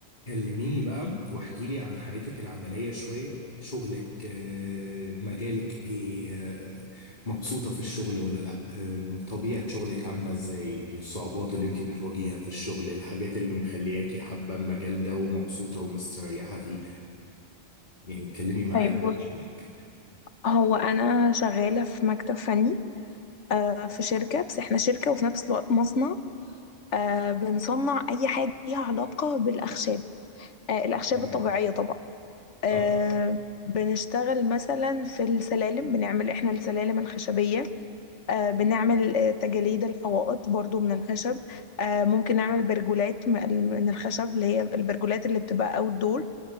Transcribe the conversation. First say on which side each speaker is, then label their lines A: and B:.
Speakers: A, on the left; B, on the left.
A: كلميني بقى واحكي لي عن حياتك العملية شوية شغلك آه، مجالك ايه آه، مبسوطة في الشغل ولا لا آه، طبيعة شغلك عاملة ازاي الصعوبات اللي انت بتواجهيها في الشغل الحاجات اللي مخلياكي حابة المجال ده ومبسوطة ومستريحة فيه يعني اتكلمي معايا
B: طيب بص
A: عن شغلك
B: هو انا شغاله في مكتب فني آه، في شركه بس احنا شركه وفي نفس الوقت مصنع آه، بنصنع اي حاجه ليها علاقه بالاخشاب آه، الاخشاب
A: تمام
B: الطبيعيه طبعا آه،
A: اه
B: بنشتغل مثلا في السلالم بنعمل احنا السلالم الخشبيه آه، بنعمل آه، تجاليد الحوائط برضو من الخشب آه، ممكن نعمل برجولات من من الخشب اللي هي البرجولات اللي بتبقى اوت دور